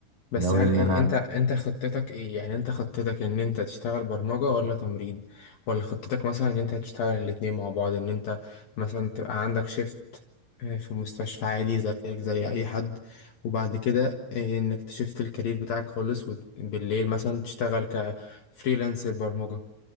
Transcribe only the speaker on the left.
بس
هل
إن-
انت انت خطتك ايه يعني انت خطتك ان انت تشتغل برمجة ولا تمريض ولا خطتك مثلا ان انت هتشتغل الاتنين مع بعض ان انت مثلا تبقى عندك شيفت آه، في مستشفى عادي زيك زي اي حد وبعد كده آه، انك تشفت الكارير بتاعك خالص وبالليل مثلا تشتغل كفريلانسر برمجة